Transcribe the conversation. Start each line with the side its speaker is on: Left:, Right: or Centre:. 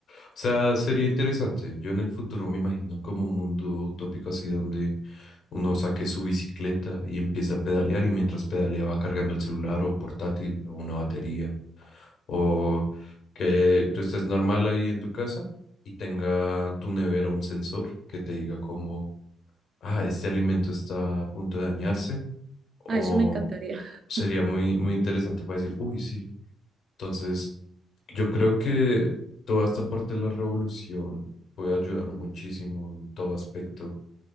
Left: O sea, sería interesante. Yo en el futuro me imagino como un mundo utópico así donde uno saque su bicicleta y empiece a pedalear y mientras pedalea va cargando el celular o portátil o una batería. O que tú estés normal ahí en tu casa y tenga tu nevera un sensor que te diga como, ah, este alimento está a punto de dañarse o
Right: Ah, eso me encantaría. <laughs>
Left: sería muy, muy interesante para decir, uy, sí. Entonces, yo creo que toda esta parte de la revolución puede ayudar muchísimo en todo aspecto,